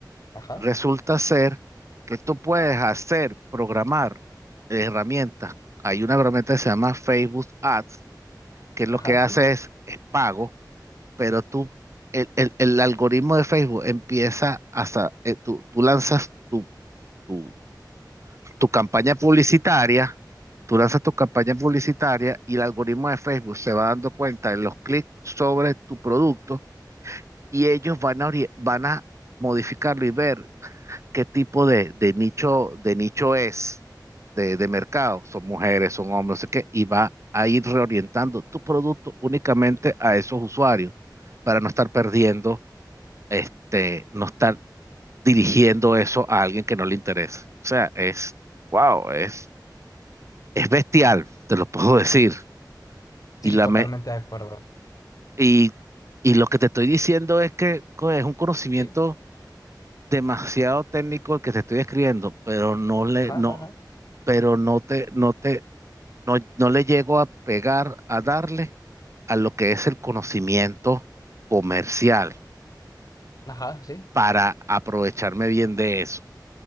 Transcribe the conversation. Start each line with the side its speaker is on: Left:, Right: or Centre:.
Left: Ajá.
Right: Resulta ser que tú puedes hacer, programar eh, herramientas. Hay una herramienta que se llama Facebook Ads, que lo
Left: Ajá,
Right: que
Left: sí.
Right: hace es, es pago, pero tú, el, el- el algoritmo de Facebook empieza hasta, eh, tú, tú lanzas tu, tu, tu campaña publicitaria, tú lanzas tu campaña publicitaria y el algoritmo de Facebook se va dando cuenta de los clics sobre tu producto y ellos van a, ori- van a modificarlo y ver. qué tipo de, de nicho, de nicho es de, de mercado. Son mujeres, son hombres, no sé qué, y va a ir reorientando tu producto únicamente a esos usuarios para no estar perdiendo, este, no estar dirigiendo eso a alguien que no le interesa. O sea, es, wow, es, es bestial, te lo puedo <laughs> decir. Y
Left: Sí,
Right: la
Left: totalmente
Right: me,
Left: de acuerdo.
Right: y, y lo que te estoy diciendo es que co, es un conocimiento
Left: Sí.
Right: demasiado técnico el que te estoy escribiendo, pero no le,
Left: Ajá,
Right: no,
Left: ajá, ajá.
Right: pero no te, no te, no, no le llego a pegar, a darle a lo que es el conocimiento comercial
Left: Ajá, sí.
Right: para aprovecharme bien de eso.